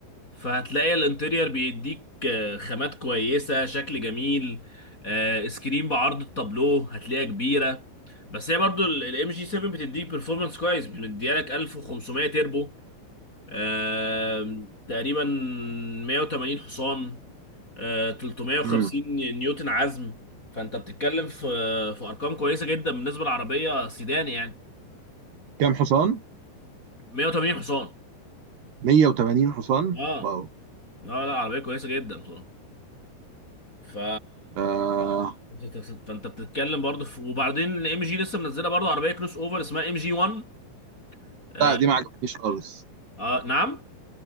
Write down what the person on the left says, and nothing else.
فهتلاقي الانتيرير بيديك آه، خامات كويسة شكل جميل آه، سكرين بعرض التابلو هتلاقيها كبيرة بس هي برضو الام جي 7 بتديك performance كويس بتديها لك 1500 تربو آه، تقريبا 180 حصان آه، 350
نيوتن عزم فانت بتتكلم في في ارقام كويسة جدا بالنسبة للعربية سيدان يعني
180 حصان
اه
اه لا عربية كويسة جدا بصراحة ف...
انت بتت- فانت بتتكلم برضه في... وبعدين ام جي لسه منزله برضه عربيه كروس اوفر اسمها ام جي 1 آه...
اه نعم